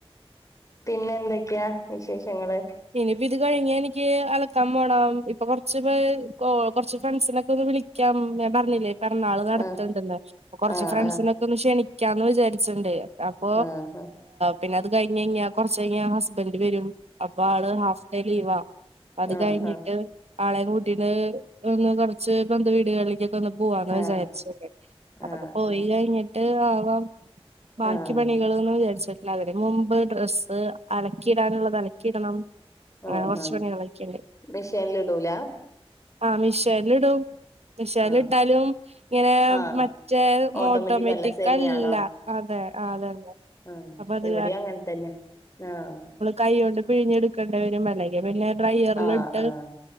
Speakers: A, on the left; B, on the right.
A: പിന്നെ എന്തൊക്കെയാ വിശേഷങ്ങള്
B: ഇനിയിപ്പ ഇത് കഴിഞ്ഞ എനിക്ക് അലക്കാൻ പോണം ഇപ്പൊ കൊറച്ച് കുറച്ച് ഫ്രണ്ട്സിനൊക്കെ ഒന്ന് വിളി ക്കാം ഞാൻ പറഞ്ഞില്ലേ പിറന്നാള് നടത്ത്ണ്ട്ന്ന്
A: ആഹ്
B: അപ്പൊ കൊറച്ച്
A: ആഹ്
B: ഫ്രണ്ട്സിനൊക്കെ
A: ആഹ്
B: ഒന്ന് ക്ഷണിക്കാന്ന് വിചാരിച്ചിണ്ടെ അപ്പൊ
A: ആഹ്
B: പിന്നെ അത് കയ്ഞ്ഞയ്ഞ്ഞാ കൊർച്ചയ്ഞ്ഞ ഹസ്ബൻ്റ് വരും അപ്പ ആള് ഹാഫ്ഡേ ലീവാ അത്
A: ആഹ്
B: കഴിഞ്ഞിട്ട്
A: ആഹ്
B: ആളേം കുട്ടീട്ട് ഒന്ന് കുറച്ച് ബന്ധു വീടുകളിലേക്ക് ഒന്ന് പോവാന്ന്
A: ആഹ്
B: വിചാരിച്ച്ണ്ട് അതൊക്കെ
A: ആഹ് ആഹ്
B: പോയി കഴിഞ്ഞിട്ട് ആവാം ബാക്കി
A: ആഹ് ആഹ്
B: പണികൾന്ന് വിചാരിച്ചിട്ടില്ല അതിന് മുമ്പ് ഡ്രസ്സ് അലക്കിയിടാനുള്ളത് അല കിടണം അങ്ങനെ
A: ആഹ്
B: കെർച്ച്
A: ആഹ്
B: പണികളോക്കിണ്ട്
A: മെഷീനിൽ ഇടൂല
B: ആഹ് മിഷലിടും മിഷേലിട്ടാലും
A: ആഹ്
B: ഇങ്ങനെ
A: ആഹ്
B: മറ്റേ
A: ഓട്ടോമാറ്റിക്
B: ഓട്ടോമിറ്റിക്കല്ല
A: അല്ല സെമി ആണോ
B: അതെ ആഹ് അതന്നെ
A: ആഹ്
B: അപ്പൊ അത്
A: ഇവടെയും അങ്ങൻ തന്നെ ആഹ്
B: കൈയൊണ്ട് പിഴിഞ്ഞെടുക്കേണ്ടവരും അല്ലെങ്കി പിന്നെ ഡ്രയറിലിട്ട്
A: ആഹ് ആഹ്